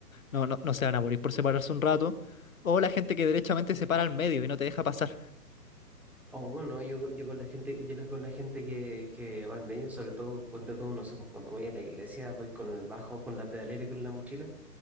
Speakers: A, on the left; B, in the centre.
A: no, no, no se van a morir por separarse un rato. O la gente que derechamente se para al medio y no te deja pasar.
B: Oh, no, yo, con- yo con la gente, yo la- con la gente que, que va al medio, sobre todo, ponte tú, no sé, pues cuando voy a la iglesia, voy con el bajo, con la pedalera y con la mochila,